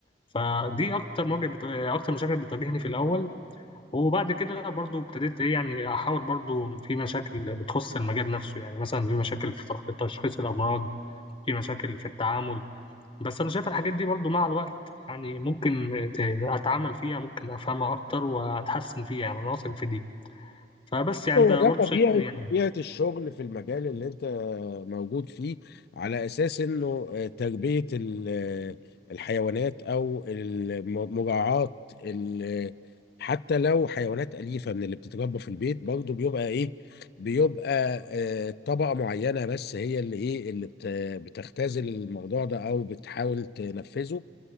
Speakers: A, on the left; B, on the left.
A: فدي اكتر مواجهة بتو... اكتر مشاكل بتواجهني في الاول وبعد كده برضو ابتديت ايه يعني احاول برضو في مشاكل بتخص المجال نفسه يعني مثلا في مشاكل في تخ- تشخيص الامراض في مشاكل في التعامل بس انا شايف الحاجات دي برضو مع الوقت يعني ممكن ت- اتعامل فيها ممكن افهمها اكتر واتحسن فيها يعني انا واثق في دي فبس يعني
B: هو
A: انت برضو
B: ده طبيعة
A: شايفني يعني
B: طبيعة الشغل في المجال اللي انت موجود فيه على اساس انه آه، تربية ال- آه، الحيوانات او الم- مراعاة ال- حتى لو حيوانات أليفة من اللي بتتربى في البيت برضه بيبقى ايه بيبقى آه، طبقة معينة بس هي اللي ايه اللي بت- بتختزل الموضوع ده او بتحاول تنفذه